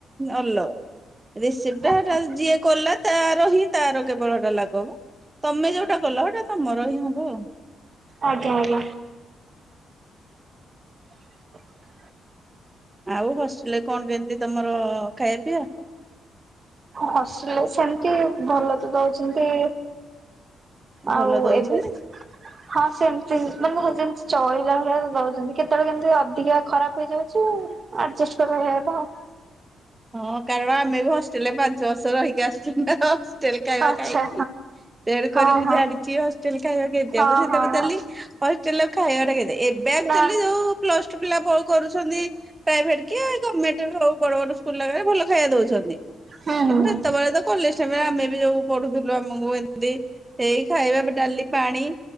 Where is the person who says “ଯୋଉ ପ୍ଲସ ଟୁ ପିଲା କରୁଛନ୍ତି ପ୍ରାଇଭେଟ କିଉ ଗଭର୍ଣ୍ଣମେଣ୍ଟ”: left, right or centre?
Right